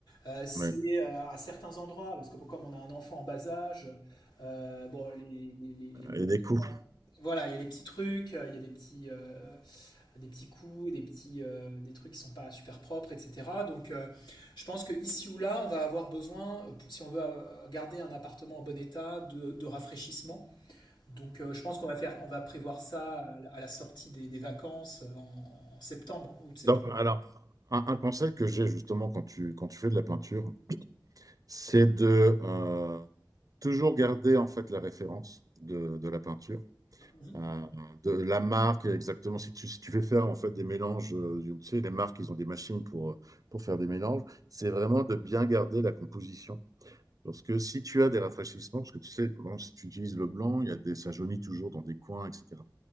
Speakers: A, on the left; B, on the right.
A: Euh, c'est
B: Ouais.
A: euh, à certains endroits, parce que comme on a un enfant en bas âge, euh, bon, les, les, les, les murs
B: Et des cours.
A: sont- Voilà, il y a des petits trucs, euh, il y a des petits... euh, des petits coups, des petits euh, des trucs qui ne sont pas super propres, etc. Donc euh, je pense que ici ou là, on va avoir besoin, euh, si on veut euh, garder un appartement en bon état, de, de rafraîchissement. Donc euh, je pense qu'on va faire, on va prévoir ça à la sortie des, des vacances euh, en, en septembre ou de septembre.
B: Donc, alors, un, un conseil que j'ai justement quand tu, quand tu fais de la peinture, c'est de euh, toujours garder en fait la référence de, de la peinture,
A: Mhm.
B: euh, de la marque exactement. Si tu, si tu fais faire en fait des mélanges, euh, tu sais, les marques, ils ont des machines pour, euh, pour faire des mélanges, c'est vraiment de bien garder la composition. Parce que si tu as des rafraîchissements, parce que tu sais, bon, si tu utilises le blanc, il y a des, ça jaunit toujours dans des coins, etc.